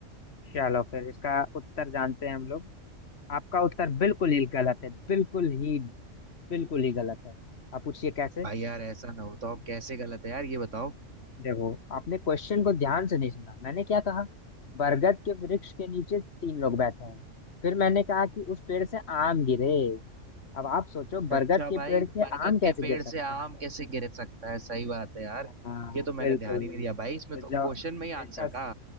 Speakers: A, on the left (about 55°); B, on the right (about 70°).
A: चलो फिर इसका उत्तर जानते हैं हम लोग आपका उत्तर बिल्कुल ही गलत है बिल्कुल ही बिल्कुल ही गलत है आप पूछिए कैसे
B: भाई यार ऐसा ना होता हो कैसे गलत है यार ये बताओ
A: देखो आपने क्वेश्चन को ध्यान से नहीं सुना मैंने क्या कहा बरगद के वृक्ष के नीचे तीन लोग बैठे हैं फिर मैंने कहा कि उस पेड़ से आम गिरे अब आप सोचो
B: अच्छा
A: बरगद
B: भाई
A: के पेड़ से
B: बरगद
A: आम कैसे
B: के पेड़
A: गिर सकते
B: से आम
A: हैं
B: कैसे गिर सकता है सही बात है यार
A: हाँ
B: ये तो मैंने
A: बिल्कुल
B: ध्यान ही नहीं दिया भाई इसमें
A: तो
B: तो
A: जब
B: क्वेश्चन
A: तो
B: में ही
A: इसका
B: आंसर था